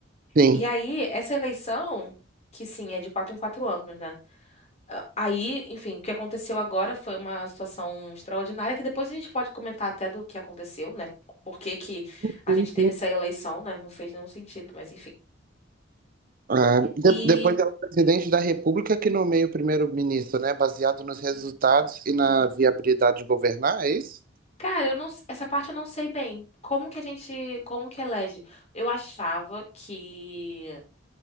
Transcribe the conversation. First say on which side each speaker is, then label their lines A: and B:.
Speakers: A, on the right; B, on the left.
A: sim.
B: E aí, essa eleição, que sim, é de quatro em quatro anos, né? Ah, Aí, enfim, o que aconteceu agora foi uma situação extraordinária, que depois a gente pode comentar até do que aconteceu, né? Por que que a
A: Sim,
B: gente
A: sim.
B: teve essa eleição, né? Não fez nenhum sentido, mas enfim.
A: Ah, de-
B: E,
A: depois é o presidente da República que nomeia o primeiro-ministro, né? Baseado nos resultados e na viabilidade de governar, é isso?
B: cara, eu não, s- essa parte eu não sei bem. Como que a gente, como que elege? Eu achava que